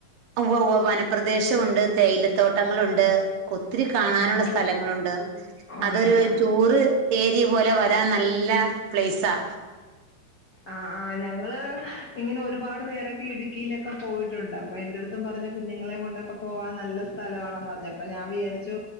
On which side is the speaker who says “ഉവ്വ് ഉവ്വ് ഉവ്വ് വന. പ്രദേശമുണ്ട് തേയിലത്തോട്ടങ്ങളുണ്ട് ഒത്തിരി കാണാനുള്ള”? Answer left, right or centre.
Right